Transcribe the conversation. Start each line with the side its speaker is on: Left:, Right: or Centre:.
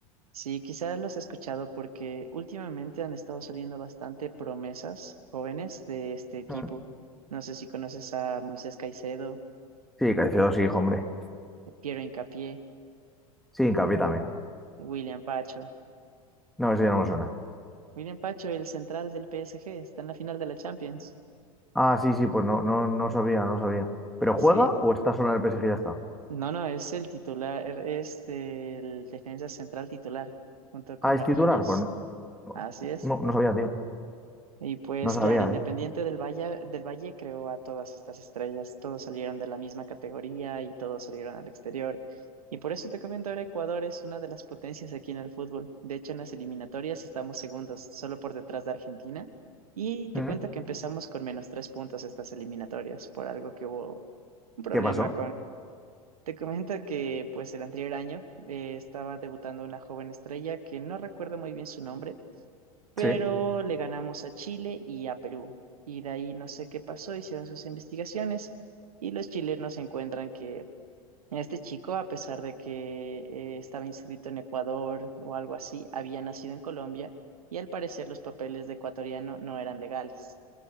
Right: Sí, quizá los he escuchado porque últimamente han estado saliendo bastante promesas jóvenes de este equipo.
Centre: Ah.
Right: No sé si conoces a Moisés Caicedo,
Centre: Sí, Caicedo sí, hijo, hombre.
Right: Piero Hincapié,
Centre: Sí, Hincapié también.
Right: William Pacho.
Centre: No, eso ya no me suena.
Right: William Pacho, el central del PSG, está en la final de la Champions.
Centre: Ah, sí, sí, pues no, no, no sabía, no sabía. ¿Pero
Right: Sí,
Centre: juega o está solo en el PSG y ya está?
Right: no, no, es el titular, es el defensa central titular, junto con
Centre: Ah, ¿es
Right: Marquinhos.
Centre: titular? Pues no,
Right: Así es.
Centre: no, no sabía, tío.
Right: Y pues
Centre: No sabía,
Right: claro, Independiente
Centre: ¿eh?
Right: del Valle, del Valle creó a todas estas estrellas, todos salieron de la misma categoría y todos salieron al exterior. Y por eso te comento ahora, Ecuador es una de las potencias aquí en el fútbol. De hecho, en las eliminatorias estamos segundos, solo por detrás de Argentina. Y te
Centre: Mm,
Right: cuento que empezamos con menos tres puntos estas eliminatorias, por algo que hubo un problema
Centre: ¿Qué pasó?
Right: Te comento que pues el anterior año eh, estaba debutando una joven estrella que no recuerdo muy bien su nombre, pero
Centre: Sí.
Right: le ganamos a Chile y a Perú. Y de ahí no sé qué pasó, hicieron sus investigaciones y los chilenos encuentran que este chico, a pesar de que eh, estaba inscrito en Ecuador o algo así, había nacido en Colombia y al parecer los papeles de ecuatoriano no eran legales.